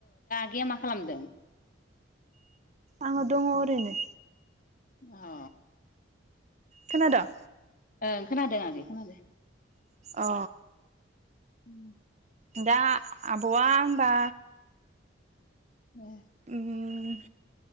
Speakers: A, on the left; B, on the right.
A: गैया मा खालामदों?
B: आङो दङ ओरैनो।
A: अ
B: खोनादों?
A: ओं खोनादों आगै खोनादो।
B: अ
A: उम।
B: दा आबवा होमबा
A: <inaudible>
B: उम